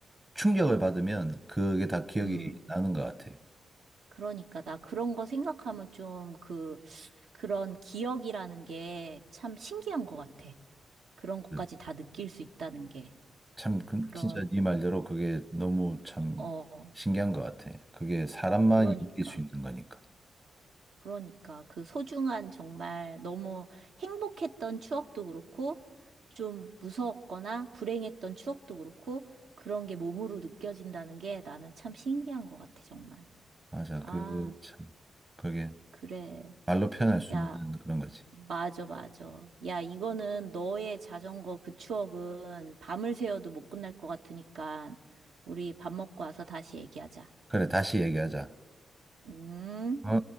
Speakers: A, on the right (about 20°); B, on the right (about 80°).
A: 충격을 받으면 그게 다 기억이
B: 음.
A: 나는 것 같아.
B: 그러니까 나 그런 거 생각하면 좀 그, 그런 기억이라는 게 참 신기한 것 같아. 그런 것까지
A: 음.
B: 다 느낄 수 있다는 게
A: 참, 그-
B: 그런
A: 진짜 네 말대로 그게 너무 참
B: 어
A: 신기한 것 같아. 그게 사람만이
B: 그러니까
A: 느낄 수 있는 거니까.
B: 그러니까 그 소중한 정말 너무 행복했던 추억도 그렇고 좀 무서웠거나 불행했던 추억도 그렇고 그런 게 몸으로 느껴진다는 게 나는 참 신기한 것 같아 정말
A: 맞아, 그
B: 아
A: 참, 그게
B: 그래
A: 말로 표현할 수
B: 야
A: 없는 그런 거지.
B: 맞아 맞아 야 이거는 너의 자전거 그 추억은 밤을 새워도 못 끝날 것 같으니까 우리 밥 먹고 와서 다시 얘기하자
A: 그래, 다시 얘기하자.
B: 음
A: 어?